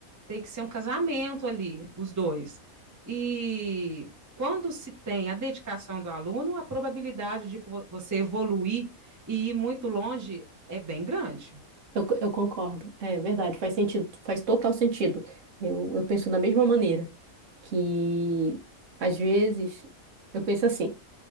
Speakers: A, on the right (about 15°); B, on the right (about 65°).
A: Tem que ser um casamento ali, os dois. E quando se tem a dedicação do aluno, a probabilidade de vo- você evoluir e ir muito longe é bem grande.
B: Eu, co- eu concordo. É verdade, faz sentido, faz total sentido. Eu, eu penso da mesma maneira, que às vezes eu penso assim.